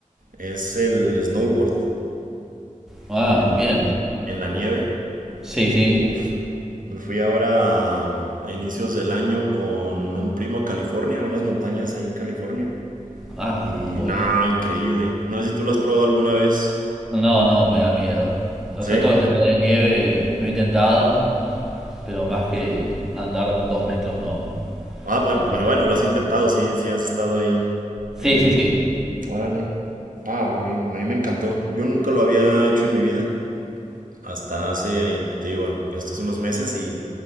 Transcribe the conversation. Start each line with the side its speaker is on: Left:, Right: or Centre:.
Right: es el snowboard
Centre: Ah,
Right: el- el-
Centre: bien.
Right: en la nieve.
Centre: Sí, sí.
Right: Uf, me fui ahora a, a inicios del año con un primo a California, a unas montañas ahí en California.
Centre: Ah,
Right: Y
Centre: muy
Right: no,
Centre: bien.
Right: increíble. No sé si tú lo has probado alguna vez.
Centre: No, no, me da miedo. O
Right: ¿Sí?
Centre: sea, todo lo que sea de nieve lo he intentado pero más que andar dos metros no,
Right: Ah, bueno,
Centre: no pude.
Right: pero bueno, lo has intentado, sí, sí has estado ahí en...
Centre: Sí, sí, sí.
Right: Órale. Ah, a mí, a mí me encantó. Yo nunca lo había hecho en mi vida. Hasta hace, ahí, te digo, estos unos meses y